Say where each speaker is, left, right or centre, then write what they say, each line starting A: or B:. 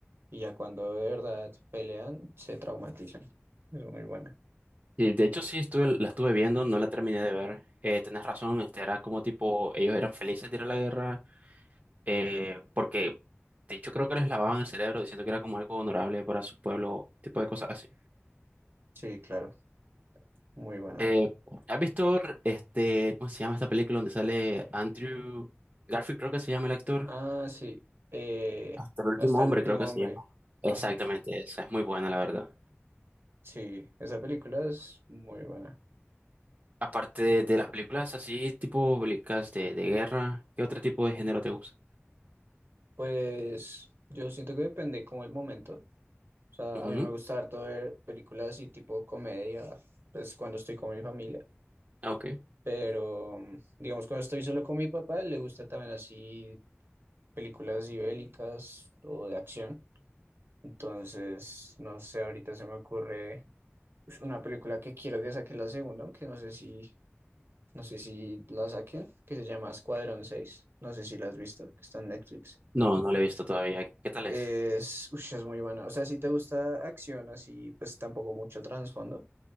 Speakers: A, on the right; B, on the right.
A: y ya cuando de verdad pelean, se traumatizan. Es muy buena.
B: sí, de hecho sí estuve, la estuve viendo, no la terminé de ver. Eh, tenés razón, este era como tipo, ellos eran felices de ir a la guerra, eh, porque de hecho creo que les lavaban el cerebro diciendo que era como algo honorable para su pueblo, tipo de cosas así.
A: Sí, claro, muy buena.
B: Eh, ¿has visto este, cómo se llama esta película donde sale Andrew Garfield, creo que se llama el actor?
A: Ah, sí, eh,
B: Hasta el último
A: hasta el
B: hombre,
A: último
B: creo que se
A: hombre.
B: llama. Exactamente,
A: Ajá.
B: esa es muy buena, la verdad.
A: Sí, esa película es muy buena.
B: Aparte de, de las películas así, tipo películas de, de guerra, ¿qué otro tipo de género te gusta?
A: Pues yo siento que depende como el momento. O sea,
B: Ujú.
A: a mí me gusta harto ver películas así tipo comedia, pues cuando estoy con mi familia.
B: Ah, ok.
A: Pero mm, digamos cuando estoy solo con mi papá, le gusta también así películas así bélicas o de acción. Entonces, no sé, ahorita se me ocurre ush, una película que quiero que saque la segunda, aunque no sé si, no sé si la saquen, que se llama Escuadrón seis. No sé si la has visto, que está en Netflix.
B: No, no la he visto todavía. ¿Qué tal
A: Es,
B: es?
A: ush, es muy buena. O sea, si te gusta acción así, pues tampoco mucho trasfondo.